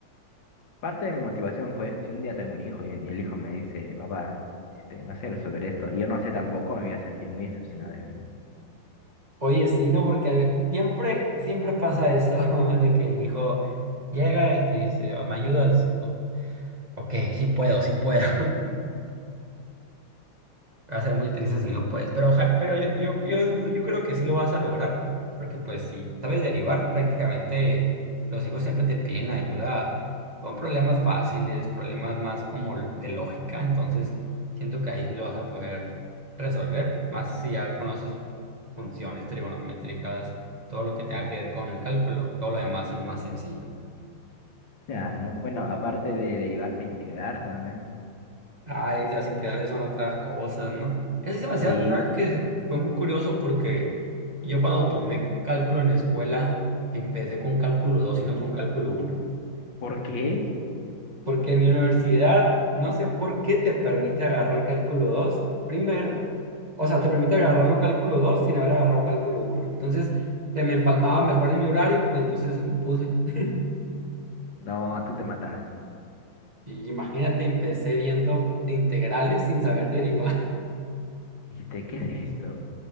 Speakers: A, on the left (about 65°); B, on the right (about 20°).
A: Parte de mi motivación fue, si un día tengo un hijo y, y el hijo me dice, papá, este, no sé resolver esto, y yo no sé tampoco, me voy a sentir muy decepcionado de mí
B: Oye, sí, no, porque a ve- siempre, siempre pasa esto <laughs> de que el hijo llega y te dice, "Ah, ¿me ayudas? Y tú, ok, sí puedo, sí puedo. Va a ser muy triste si no puedes. Pero, ojalá, pero yo, yo, yo, yo creo que sí lo vas a lograr. Porque pues si sabes derivar, prácticamente los hijos siempre te piden ayuda con problemas fáciles, problemas más como l- de lógica. Entonces siento que ahí sí lo vas a poder resolver. Más si ya conoces funciones trigonométricas, todo lo que tenga que ver con el cálculo, todo lo demás es más sencillo.
A: Claro, bueno, aparte de derivarse, e integrar también.
B: Ay, las integrales son otras cosas, ¿no? Eso es Sí. demasiado,
A: Sí.
B: ¿sabes que Fue muy curioso porque yo cuando tomé cálculo en la escuela, empecé con cálculo 2 y no con cálculo uno.
A: ¿Por qué?
B: Porque en mi universidad, no sé por qué te permite agarrar cálculo 2 primero. O sea, te permite agarrarlo cálculo 2 sin haber agarrado cálculo uno. Entonces, se me empalmaba mejor en mi horario, pues entonces lo puse. <laughs>
A: No, tú te mataste.
B: Y imagínate, empecé viendo integrales sin saber derivar.
A: Dijiste, ¿qué es esto?